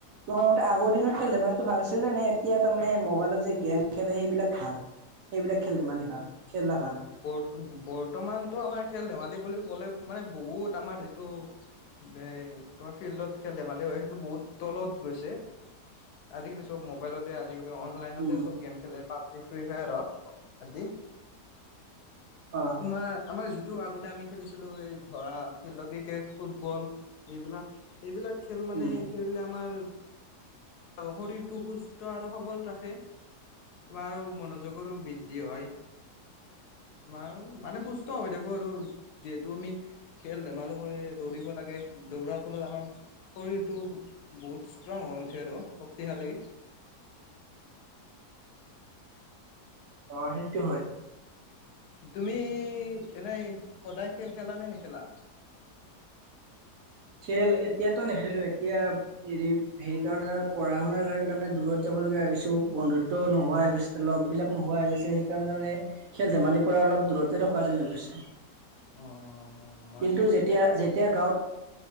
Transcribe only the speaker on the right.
তোমাৰ মতে আগৰ দিনত খেল ধেমালিটো ভাল আছিল নে? নে নাই এতিয়া তাৰমানে মোবাইলত যে গেম খেলে সেইবিলাক ভাল। সেইবিলাক খেল ধেমালি ভাল খেলা ভাল।
উম
অ
উম
অ', সেইটো হয়।
খেল এতিয়াতো নেখেলো, এতিয়া হে হেৰি কাৰণে তামানে পঢ়া শুনাৰ কাৰণে তামানে দূৰত যাব লগীয়া হৈছো, বন্ধুত্ব নোহোৱা হৈ গৈছে, লগবিলাক নোহোৱা হৈ গৈছে, সেইকাৰণে তামানে খেল ধেমালিৰ পৰা অলপ দূৰতে থকা যেন হৈ গৈছে।
কিন্তু যেতিয়া যেতিয়া গাঁৱত